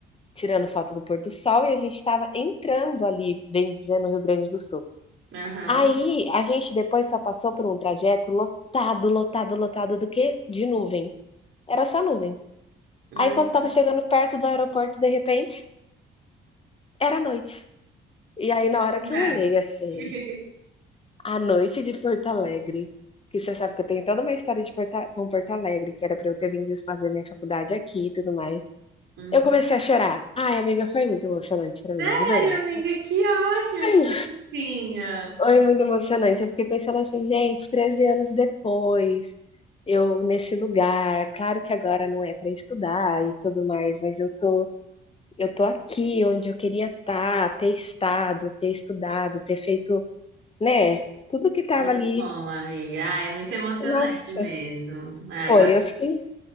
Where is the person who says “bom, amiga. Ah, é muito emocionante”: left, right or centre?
Right